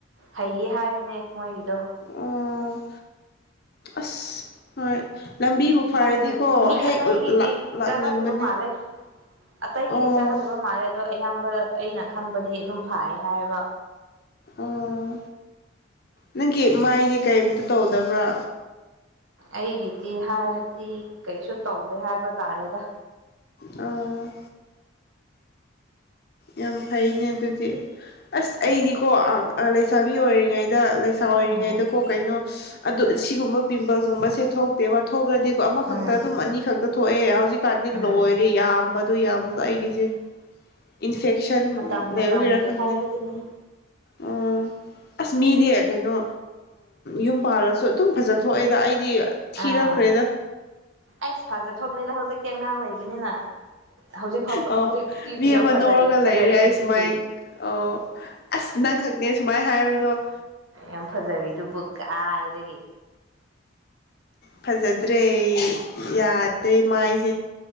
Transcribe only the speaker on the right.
ꯍꯩꯌꯦ ꯍꯥꯏꯕꯅꯦ ꯃꯣꯏꯒꯤꯗꯣ
ꯈꯪꯗꯦ ꯃꯤ
ꯑꯇꯩꯒꯤꯗꯤ
ꯆꯥꯟꯅꯗꯕ ꯃꯥꯜꯂꯦ ꯑꯇꯩꯒꯤꯗꯤ
ꯆꯥꯟꯅꯗꯕ ꯃꯥꯜꯂꯦ ꯑꯗꯣ ꯑꯌꯥꯝꯕ ꯑꯩꯅ ꯈꯪꯕꯗꯤ ꯑꯗꯨꯝ ꯐꯥꯏ ꯍꯥꯏꯕ
ꯑꯩꯒꯤꯗꯤ ꯍꯥꯏꯔꯗꯤ ꯀꯩꯁꯨ ꯇꯧꯗꯦ ꯍꯥꯏꯕ ꯇꯥꯔꯦꯗ
ꯎꯝ
ꯎꯝ
ꯎꯝ
ꯃꯇꯝ
ꯃꯇꯝꯒꯤ
ꯍꯥꯏꯕꯗꯨꯅꯤ
ꯑꯥ
ꯑꯩꯁ ꯐꯖ ꯊꯣꯛꯀꯅꯤꯗ ꯍꯧꯖꯤꯛꯇꯤ ꯑꯉꯥꯡ ꯂꯩꯕꯅꯤꯅ ꯍꯧꯖꯤꯛ ꯐꯥꯎ
ꯍꯧꯖꯤꯛꯇꯤ
ꯌꯥꯝ ꯐꯖ
ꯐꯖꯔꯤ
ꯑꯗꯨꯗꯤ
ꯌꯥꯝ ꯐꯖꯔꯤ ꯑꯗꯨꯕꯨ ꯀꯥꯏ ꯗꯒꯤ